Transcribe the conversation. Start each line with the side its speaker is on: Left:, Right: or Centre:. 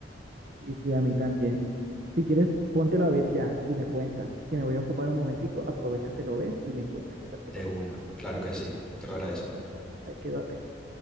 Right: Sí, sí, a mí también. Si quieres, póntelo a ver ya y me cuentas, que me voy a ocupar un momentico, aprovechas, te lo ves y me cuentas qué tal te
Centre: De
Right: pareció.
Centre: una, claro que sí. Te lo agradezco.
Right: Bueno, dale, ahí quedo atento.